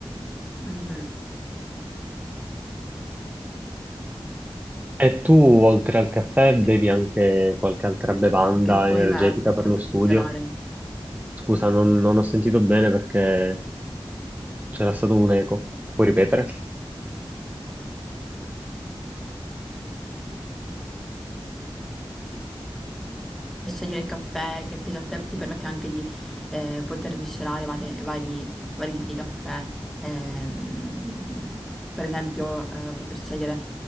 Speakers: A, in the centre; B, on the right.
A: Mhm.
B: E tu, oltre al caffè, bevi
A: E
B: anche qualche altra bevanda
A: e che poi
B: energetica
A: va,
B: per
A: poter
B: lo studio?
A: celare.
B: Scusa, non, non ho sentito bene perché C'era stato un eco. Puoi ripetere?
A: scegliere il caffè che piace a te, ti permette anche di eh, poter miscelare varie- vari, vari tipi di caffè. Ehm, per esempio, eh, poter scegliere